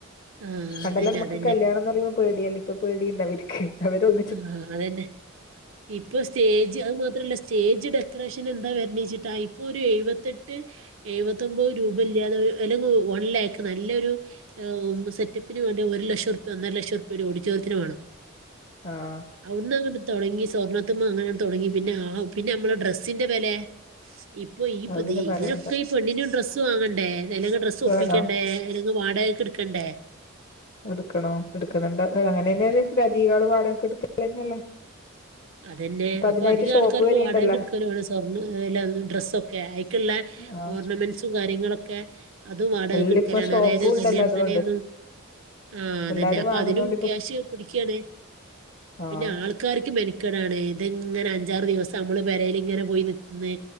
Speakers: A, on the right; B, on the left.
A: ആഹ്
B: എല്ല
A: അതന്നെ
B: <unintelligible> നമുക്ക്
A: അതന്നെ
B: കല്യാണംന്ന്റിയ പേടിയല്ലേ ഇപ്പ പേടിണ്ടാവൂല അവര് ഒന്ന്
A: <unintelligible> അതന്നെ ഇപ്പൊ സ്റ്റേജ് അത് മാത്രല്ല സ്റ്റേജ് ഡെക്കറേഷൻ എന്താ വരണച്ചിട്ടാ ഇപ്പൊ ഒരു എഴുപത്തെട്ട് എഴുപത്തൊൻമ്പത് രൂപ ഇല്ലാതെ അല്ലെങ്ക വൺ ലാക്ക് നല്ലൊരു സെറ്റപ്പിന് വേണ്ടി ഒരു ലക്ഷഉരുപ്യ ഒന്നര ലക്ഷംഉരുപ്യ ഒരു ഓഡിറ്റോറിയത്തിന് വേണം
B: ആഹ്
A: അവിന്ന് അങ്ങട്ട് തുടങ്ങി സ്വർണ്ണത്ത അങ്ങന തുടങ്ങി പിന്നെ ആഹ് പിന്നെ നമ്മെ ഡ്രസ്സിന്റെ വെലെ ഇപ്പൊ ഈ <unintelligible>
B: അത് പിന്നെ പറയണ്ട
A: ഇതിനൊക്കെ ഈ പെണ്ണിനും ഡ്രസ്സ് വാങ്ങണ്ടേ നില ഡ്ര സൊപ്പിക്കണ്ടേ
B: വേണോ
A: അല്ലെങ്ക വാടകൊക്കെ എടുക്കണ്ടേ
B: എടുക്കണോ എടുക്കുന്നുണ്ട് അങ്ങനെ
A: ആഹ്
B: തന്നെയല്ല
A: അപ്പൊ
B: അധക പാടൊക്കെ എടുത്ത തന്നെയല്ലേ
A: അതന്നെ
B: ഇപ്പൊ
A: അപ്പൊ
B: അതിനായിട്ട്
A: അധിക
B: ഷോപ്പ്
A: ആൾക്കാർ ഇപ്പോ
B: വരെയുണ്ടല്ലോ
A: വാടകെടുക്കല സ്വർണ്ണ ഡ്രസ്ക്കെ അയിക്കുള്ള
B: ആ
A: ഓർണമെന്റ്സും കാര്യങ്ങളൊക്കെ അതും വാടകെടുക്കലാണ്
B: എല്ലാം ഇപ്പൊ ഷോപ്പും
A: അതായത്
B: ഉണ്ടല്ലോ
A: കല്യാ
B: അതുകൊണ്ട്
A: തലന്ന് ആഹ്
B: എല്ലാരും
A: അതന്നെ അപ്പൊ
B: വാങ്ങുന്നോണ്ട്
A: അതിനും ക്യാഷ് പിടിക്കാണ്
B: ആഹ്
A: പിന്നെ ആൾക്കാർക്ക് മെനക്കടാണ് ഇത്ങ്ങനെ അഞ്ചാറ് ദിവസം നമ്മള് പെരേൽ ഇങ്ങനെ പോയി നിന്ന്